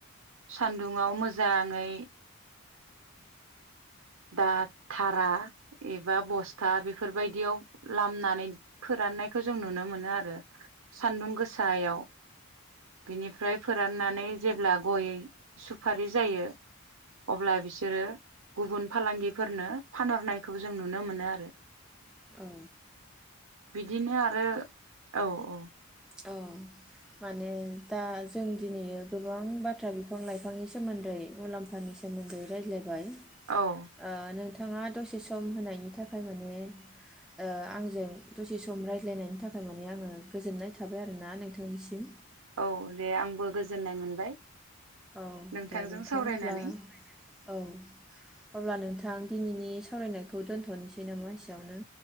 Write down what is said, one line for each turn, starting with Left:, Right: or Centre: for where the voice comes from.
Right: सान दुंआव मोजाङै दा थारा एबा बस्था बेफोरबायदियाव लामनानै फोराननायखौ जों नुनो मोनो आरो सानदुं गोसायाव। बिनिफ्राय फोराननानै जेब्ला गय सुफारि जायो अब्ला बिसोरो गुबुन फालांगिफोरनो फानहरनायखौ जों नुनो मोनो आरो।
Centre: औ।
Right: बिदिनो आरो औ औ।
Centre: अ माने दा जों दिनै गोबां बाथ्रा बिफां लाइफांनि सोमोन्दै मुलाम्फानि सोमोन्दै रायज्लायबाय। ओ
Right: औ
Centre: नों थाङा दसे सम होनायनि थाखाय माने ओ आंजों दसे सम रायज्लायनायनि थाखाय माने आङो गोजोननाय थाबाय आरोना नोंथांनिसिम।
Right: औ दे आंबो गोजोननाय मोनबाय।
Centre: औ
Right: नोंथांजों
Centre: दे नोंथां
Right: सावरायनानै।
Centre: अब्ला औ अब्ला नोंथां दिनैनि सावरायनायखौ दोन्थ'नोसै नामा एसेयावनो?